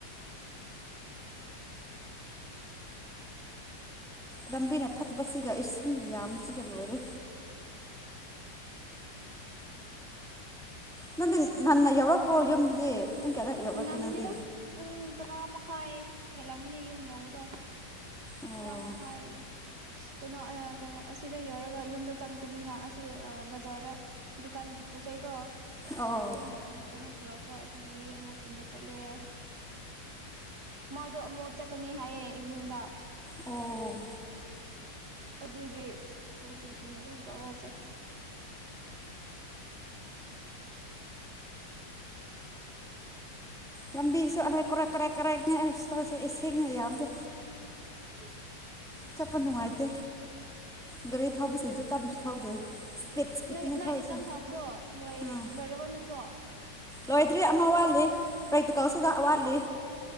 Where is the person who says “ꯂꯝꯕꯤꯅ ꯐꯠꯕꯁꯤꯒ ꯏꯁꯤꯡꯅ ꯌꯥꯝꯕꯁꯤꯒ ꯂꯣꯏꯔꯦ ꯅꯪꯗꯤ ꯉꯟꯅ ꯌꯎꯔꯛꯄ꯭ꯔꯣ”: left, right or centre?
Centre